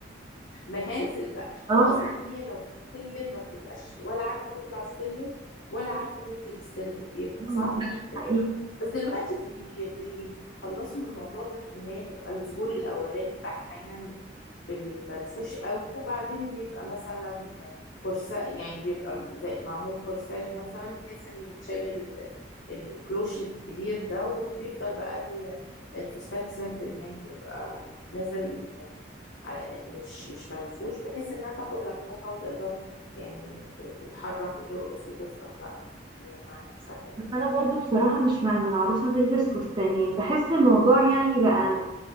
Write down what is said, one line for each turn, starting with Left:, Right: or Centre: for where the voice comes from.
Left: مهازل بقى
Right: اه
Left: واصلا هي لو في السلم ما بتبقاش ولا عارفه تطلع السلم ولا عارفه تنزل السلم بيبقى
Right: أمم،
Left: صعب
Right: أمم،
Left: جدا
Right: حقيقة
Left: بس دلوقتي بي... بيتخلصوا من الموضوع ده في ان هي تبقى الظهور الاولاني بتاعها يعني بالمنفوش قوي وبعدين بيبقى مثلا كورسا يعني بيبقى زي معمول كورساج مثلا بحيث ان يتشال ال... الكلوش الكبير ده وبيفضل بقى ال- الفستان سيمبل يعني بيبقى نازل يعني على مش مش منفوش بحيث انها تاخد راحتها وتقدر يعني ت- تتحرك وترقص وتفرح بقى يعني مع نفسها يعني
Right: بس أنا برضو بصراحة مش مع إن العروسة تلبس فستانين بحس الموضوع يعني بقى